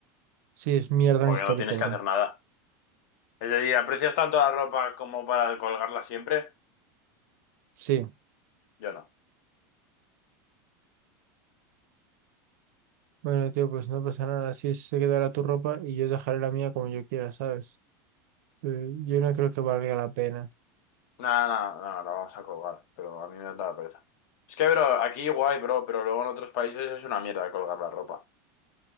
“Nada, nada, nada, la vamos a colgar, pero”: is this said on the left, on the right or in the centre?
Left